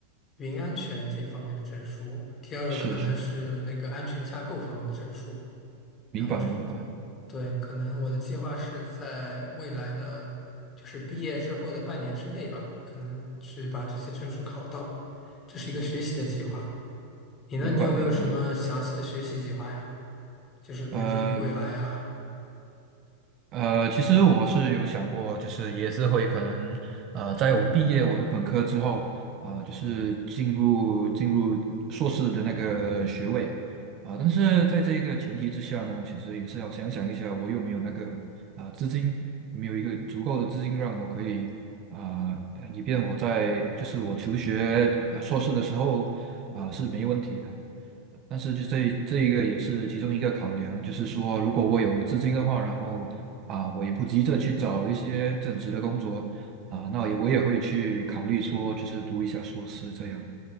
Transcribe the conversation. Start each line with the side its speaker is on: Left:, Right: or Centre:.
Left: 云安全这方面的证书，第二个可能是那个安全架构方面的证书。
Right: 是是，明白明白
Left: 然后这，对，可能我的计划是在未来的，就是毕业之后的半年之内吧，可能去把这些证书考到。这是一个学习的计划。你呢？
Right: 明白明白。
Left: 你有没有什么详细的学习计划呀？就是比如说你未来啊，
Right: 呃呃，其实我是有想过，就是也是会可能，呃，在我毕业我的本科之后，啊、就是进入进入硕士的那个学位，啊、但是在这一个前提之下呢，其实也是要想想一下，我有没有那个啊、资金，有没有一个足够的资金让我可以啊、呃以便我在就是我求学呃硕士的时候啊、是没问题的。但是就这这一个也是其中一个考量，就是说，如果我有资金的话，然后啊，我也不急着去找一些正职的工作啊，那也我也会去考虑说，就是读一下硕士这样。